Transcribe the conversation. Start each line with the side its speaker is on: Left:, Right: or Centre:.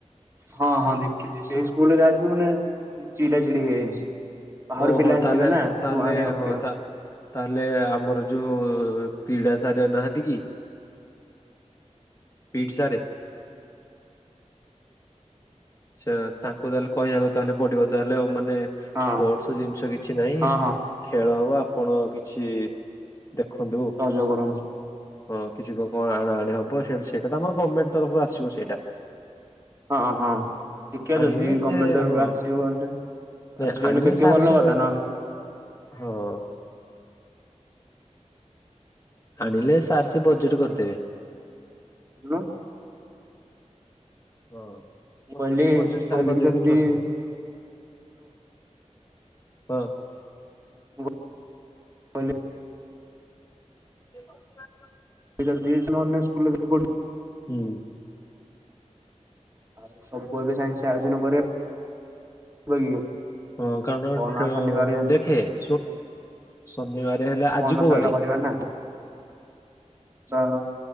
Right: ହଁ ହଁ ଦେଖିଚି ସେଇ ସ୍କୁଲ ଯାଇଥିଲୁ ମାନେ ଚିରା ଚିରି ହେଇଯାଇଛି। ବାହାରୁ
Left: ଓହୋ
Right: ପିଲା ଆସିବେ
Left: ତାହାଲେ
Right: ନା ସବୁ
Left: ତାହାଲେ
Right: ଆଣିବାକୁ ପଡିବ
Left: ହଁ ତା ତାହେଲେ ଆମର ଯୋଉ କ୍ରୀଡ଼ା ସାରେ ନାହାନ୍ତି କି। ପିଟ୍ ସାରେ। ସେ ତାଙ୍କୁ ତାହେଲେ କହିବାକୁ ତାହେଲେ ପଡିବ ତାହେଲେ ଆଉ ମାନେ
Right: ହଁ
Left: ସ୍ପୋର୍ଟସ ଜିନିଷ କିଛି ନାହିଁ
Right: ହଁ ହଁ
Left: ଖେଳ ହବ ଆପଣ କିଛି ଦେଖନ୍ତୁ।
Right: ସହଯୋଗ କରନ୍ତୁ
Left: ହଁ କିଛି କ କଣ ଆଣା ଆଣି ହବ ସେଇ ସେଇଟା ତ ଆମର ଗମେଣ୍ଟେ ତରଫରୁ ଆସିବ ସେଇଡା।
Right: ହଁ ହଁ। ଦେଖିବା
Left: ଆଣିଲେ
Right: ଯଦି
Left: ସେ
Right: ଗମେଣ୍ଟେ ତରଫୁ
Left: ହଁ
Right: ଆସି ଗଲେ
Left: ନାଇଁ
Right: ଆସି
Left: ଆଣିଲେ
Right: ଗଲେ ବେଗି
Left: ସାର୍
Right: ଭଲ
Left: ସେ
Right: କଥା ନହନେ
Left: ହଁ। ଆଣିଲେ ସାର୍ ସେ ବଜେଟ୍ କରିଦେବେ।
Right: <unintelligible>
Left: ହଁ ପଛରେ
Right: କହିଲି
Left: ସେ ବଜେଟ୍
Right: ମୁଁ
Left: ସାର
Right: କହିଲି
Left: କରିଦେବେନି
Right: କି ଯଦି
Left: <unintelligible>
Right: ହ୍ୟାଲୋ
Left: ହଁ।
Right: ମୁଁ <unintelligible>
Left: <unintelligible>
Right: <unintelligible>
Left: ହୁଁ।
Right: ଆଉ ସବୁ ଏବେ ସାଙ୍ଗେ ସାଙ୍ଗେ ଆୟୋଜନ କରିବା <unintelligible>
Left: ହଁ କାରଣ
Right: ପଅରଦିନ ଶନିବାର
Left: ଦେଖେ ଶୁ ଶନିବାରେ ହେଲେ ଆଜି
Right: ପଅରଦିନ
Left: କୋଉ
Right: ଖେଳଟା
Left: ବାରେ।
Right: କରିବା ନା। ତ